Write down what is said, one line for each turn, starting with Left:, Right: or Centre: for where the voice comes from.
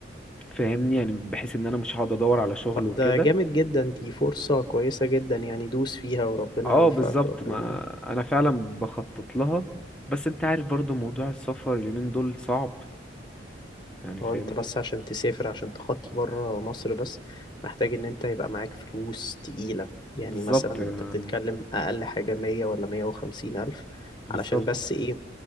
Centre: فاهمني يعني بحيث ان انا مش هقعد ادور على شغل
Left: طب
Centre: وكده
Left: ده جامد جدا دي فرصة كويسة جدا يعني دوس فيها وربنا
Centre: اه
Left: يوفقك
Centre: بالظبط
Left: وربنا
Centre: ما
Left: معاك
Centre: انا فعلا بخطط لها بس انت عارف برضو موضوع السفر اليومين دول صعب يعني فاهمني
Left: هو انت بس عشان تسافر عشان تخطي بره مصر بس محتاج ان انت يبقى معاك فلوس تقيلة يعني
Centre: بالظبط
Left: مثلا
Centre: آه،
Left: انت بتتكلم اقل حاجة مية ولا مية وخمسين الف
Centre: بالظبط
Left: علشان بس ايه